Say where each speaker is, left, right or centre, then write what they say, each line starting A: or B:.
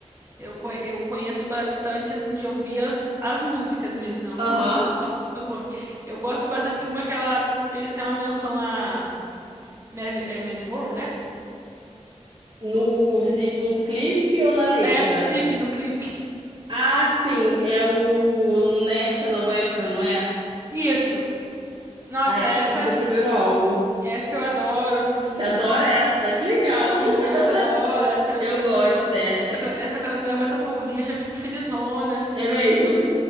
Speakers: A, on the right; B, on the right.
A: Eu, conhe- eu conheço bastante, assim, de ouvir as, as músicas mesmo, não
B: aham.
A: a música pelo nome. Eu gosto bastante de uma que ela fez até uma menção a Mel- é, Marilyn Monroe, né?
B: No, você diz no clipe ou na letra?
A: É, no clipe, no clipe.
B: Ah, sim, é o National Anthem, não é?
A: Isso. Nossa,
B: Ai,
A: essa,
B: do primeiro álbum.
A: essa eu adoro, assim.
B: Você adora essa, que legal.
A: Sim, essa eu adoro,
B: <laughs>
A: essa eu...
B: Eu gosto dessa.
A: Essa, essa quando a mulher bota pra ouvir, eu já fico felizona, assim.
B: É mesmo?